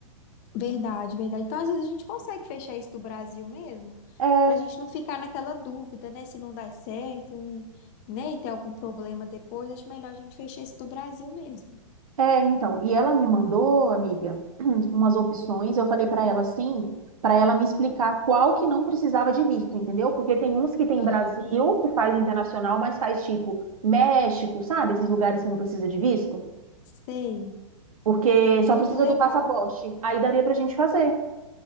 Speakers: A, on the left; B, on the right.
A: Verdade, verdade. Então, às vezes a gente consegue fechar isso do Brasil mesmo,
B: É,
A: pra gente não ficar naquela dúvida, né, se não dá certo e, né, e ter algum problema depois. Acho melhor a gente fechar isso do Brasil mesmo.
B: é, então. E ela me mandou, amiga, <clears throat> umas opções. Eu falei para ela assim, para ela me explicar qual que não precisava de visto, entendeu? Porque tem uns que tem
A: Aham.
B: Brasil, que faz internacional, mas faz tipo México, sabe? Esses lugares que não precisa de visto,
A: Sei.
B: porque só
A: Muito
B: precisa
A: legal.
B: do passaporte. Aí daria pra gente fazer.